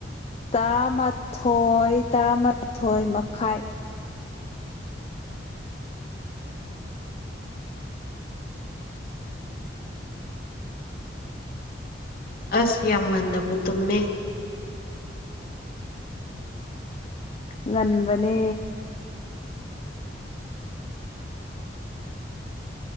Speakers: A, on the left (about 35°); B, on the left (about 55°).
A: ꯇꯔꯥꯃꯊꯣꯏ ꯇꯔꯥꯃꯊꯣꯏ ꯃꯈꯥꯏ
B: ꯑꯁ ꯌꯥꯝ ꯉꯟꯅꯕꯨ ꯇꯨꯝꯃꯦ
A: ꯉꯟꯕꯅꯦ